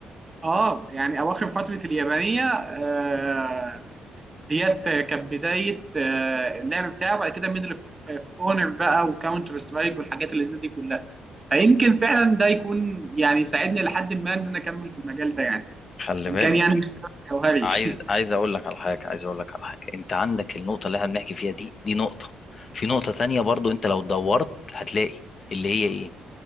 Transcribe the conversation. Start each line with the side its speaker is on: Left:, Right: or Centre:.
Right: اه يعني اواخر فتره اليابانيه آه، ديت كانت بدايه آه، اللعب بتاعه وبعد كده ميدل اوف اونر بقى وكاونتر سترايك والحاجات اللي زي دي كلها فيمكن فعلا ده يكون يعني ساعدني لحد ما ان انا اكمل في المجال ده يعني
Left: خلي
Right: وان
Left: بالك
Right: كان يعني مش سبب جوهري
Left: عايز
Right: <laughs>
Left: عايز اقول لك على حاجه عايز اقول لك على حاجه انت عندك النقطه اللي احنا بنحكي فيها دي دي نقطه في نقطه تانية برضو انت لو دورت هتلاقي اللي هي ايه